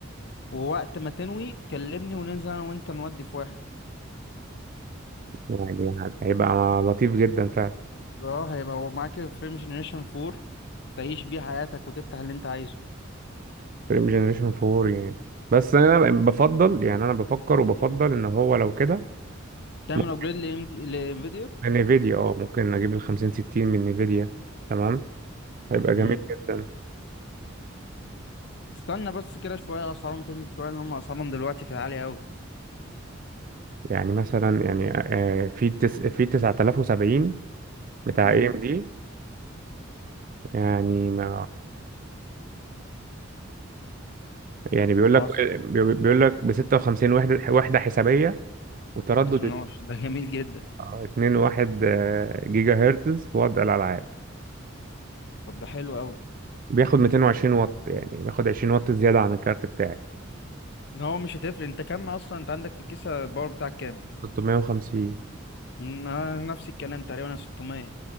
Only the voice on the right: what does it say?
يعني هيبقى لطيف جدا فعلا
فريم جنريشن 4 يعني بس انا بفضل يعني انا بفكر وبفضل ان هو لو كده
ممكن
نيفيديا اه ممكن اجيب ال 50 60 من نيفيديا تمام هيبقى
جميل جدا
يعني مثلا يعني آه، في تس في 9070 بتاع
اي ام دي يعني ما يعني بيقول
لك بي- بيقول لك ب 56 وحده وحده حسابيه وتردد
آه، 2.1 آه، جيجا هرتز في وضع الالعاب
بياخد 220 واط يعني بياخد 20 واط زياده عن الكارت بتاعي
650